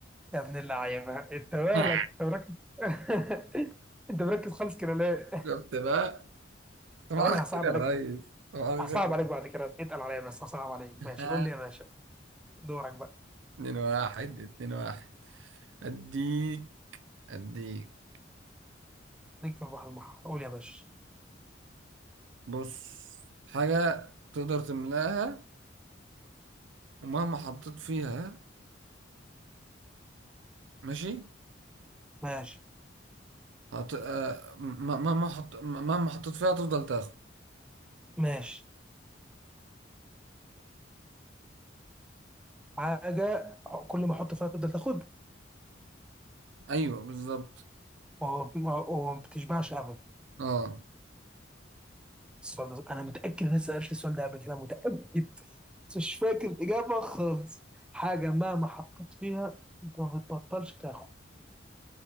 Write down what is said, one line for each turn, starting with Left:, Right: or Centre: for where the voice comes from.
Centre: يا ابن اللعيبه انت مالك
Right: <laughs>
Centre: انت مركز <laughs> انت مركز خالص كده ليه؟
Right: شفت بقى صباح
Centre: طب انا
Right: الخير
Centre: هصعب
Right: يا
Centre: عليك
Right: ريس
Centre: بعد
Right: صباح الخير
Centre: هصعب عليك بعد كده اتقل عليا بس هصعب عليك
Right: <laughs>
Centre: ماشي قول لي يا باشا دورك بقى
Right: اتنين واحد اتنين واحد اديك اديك
Centre: ليك في البحر المحر قول يا باشا
Right: بص حاجة تقدر تملاها ومهما حطيت فيها ماشي
Centre: ماشي
Right: هت... آه، م- مهما حط... مهما حطيت فيها تفضل تاخد
Centre: ماشي حاجه كل ما احط فيها تفضل تاخد
Right: ايوه بالظبط
Centre: ما هو ما هو ما بتشبعش ابدا
Right: اه
Centre: السؤال ده انا متاكد ان انا سالت السؤال ده قبل كده متاكد بس مش فاكر الاجابه خالص حاجه مهما حطيت فيها ما بتبطلش تاخد